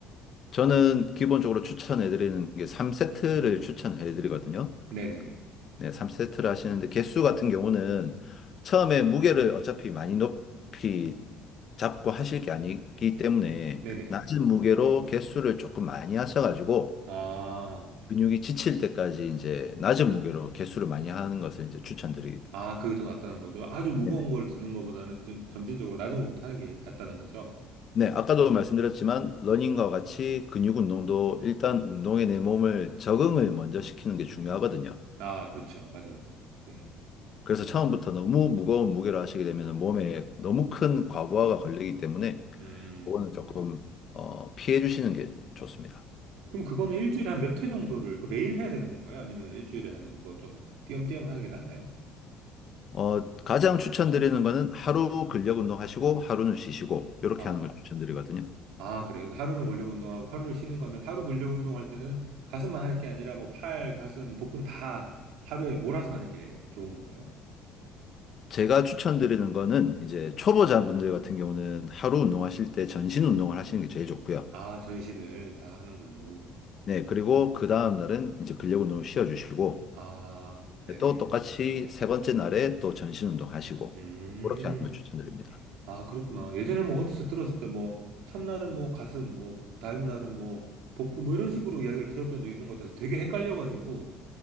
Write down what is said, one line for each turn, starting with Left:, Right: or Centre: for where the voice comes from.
Left: 저는 기본적으로 추천해드리는 게 3세트를 추천해드리거든요.
Right: 네네.
Left: 네, 3세트를 하시는데 개수 같은 경우는 처음에 무게를 어차피 많이 높이 잡고 하실 게 아니기 때문에
Right: 네네.
Left: 낮은 무게로 개수를 조금 많이 하셔가지고
Right: 아,
Left: 근육이 지칠 때까지 이제 낮은 무게로 개수를 많이 하는 것을 이제 추천드리.
Right: 아, 그게 더 낫다는 거죠. 아주 무거운
Left: 네네.
Right: 걸 드는 것보다는 좀 점진적으로 낮은 것부터 하는 게 낫다는 거죠.
Left: 네, 아까도 말씀드렸지만 러닝과 같이 근육 운동도 일단 운동에 내 몸을 적응을 먼저 시키는 게 중요하거든요.
Right: 아, 그렇죠. 맞아요. 맞아요. 네.
Left: 그래서
Right: 음,
Left: 처음부터 너무 무거운 무게를 하시게 되면 몸에 너무 큰 과부하가 걸리기 때문에
Right: 음.
Left: 그거는 조금 어, 피해 주시는 게 좋습니다.
Right: 그럼 그거는 일주일에 한 몇 회 정도를, 그 매일 해야 되는 건가요? 아니면 일주일에 한 뭐 좀 띄엄띄엄 하는 게 낫나요?
Left: 어, 가장 추천드리는 거는 하루 근력 운동 하시고 하루는 쉬시고 이렇게
Right: 아,
Left: 하는 걸 추천드리거든요.
Right: 아, 그래요? 그 하루는 근력 운동하고 하루를 쉬는 거면 하루 근력 운동할 때는 가슴만 할 게 아니라 뭐 팔, 가슴, 복근 다 하루에 몰아서 하는 게 좋은 건가요?
Left: 제가 추천드리는 거는 이제 초보자분들 같은 경우는 하루 운동하실 때 전신 운동을 하시는 게 제일 좋고요.
Right: 아, 전신을 다 하는 걸로.
Left: 네, 그리고 그 다음 날은 이제 근력 운동을 쉬어 주시고
Right: 아, 네네.
Left: 또 똑같이 세 번째 날에 또 전신 운동 하시고
Right: 음,
Left: 그렇게 하는 걸 추천드립니다.
Right: 아, 그렇구나. 예전에 뭐 어디서 들었을 때 뭐 첫날은 뭐 가슴, 뭐 다음 날은 뭐 복부 뭐 이런 식으로 이야기를 들었던 적이 있는 것 같아서 되게 헷갈려가지고